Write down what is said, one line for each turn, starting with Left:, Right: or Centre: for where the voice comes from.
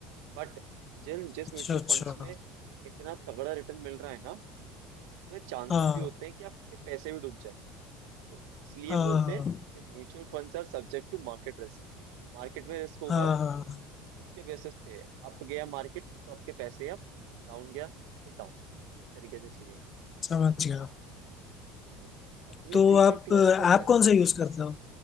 Right: बट जिन जिस
Left: अच्छा
Right: म्यूचुअल
Left: अच्छा
Right: फंड्स में इतना तगड़ा रिटर्न मिल रहा है ना उसमें चांसेस
Left: हाँ
Right: भी होते हैं कि आपके पैसे भी डूब जाए तो इसलिए
Left: हाँ
Right: बोलते हैं कि mutual funds are subject to market risk Market में रिस्क होगा
Left: हाँ हाँ
Right: उसके बेसिस पे अप गया मार्केट तो आपके पैसे अप डाउन गया तो डाउन इस तरीके से चीजें हैं
Left: समझ गया
Right: हम्म। और तुम्हें
Left: तो
Right: फ्यूचर्स
Left: आप
Right: के बारे में पता
Left: आप
Right: है
Left: कौन सा यूज करते हो